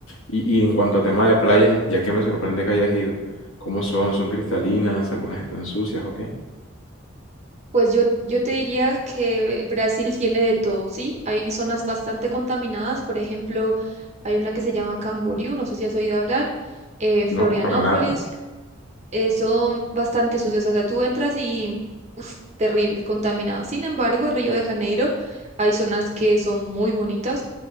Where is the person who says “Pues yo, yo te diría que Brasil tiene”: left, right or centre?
Right